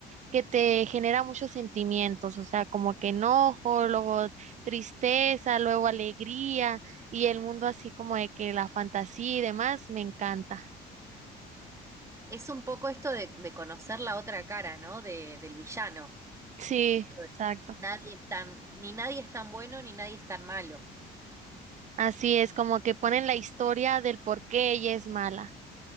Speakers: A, on the right; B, on the right.
A: que te genera muchos sentimientos, o sea, como que enojo, luego tristeza, luego alegría y el mundo así como de que la fantasía y demás, me encanta.
B: Es un poco esto de, de conocer la otra cara, ¿no? De, del villano.
A: Sí,
B: Esto de
A: exacto.
B: nadie es tan, ni nadie es tan bueno ni nadie es tan malo.
A: Así es, como que ponen la historia del por qué ella es mala.